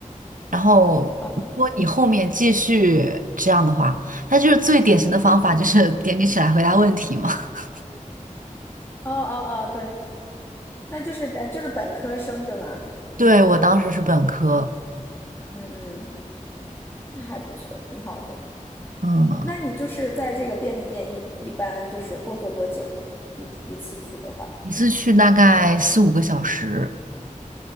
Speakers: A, on the right; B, on the left.
A: 然后，
B: 哦
A: 如果你后面继续这样的话，那就是最典型的方法，就是点你起来回答问题嘛。<laughs>
B: 哦哦哦，对，那就是呃，就是本科生，对吗？
A: 对，我当时是本科，
B: 嗯嗯，那还不错，挺好的。
A: 嗯，
B: 那你就是在这个便利店一一般就是工作多久？一一次去的话，
A: 一次去大概四五个小时。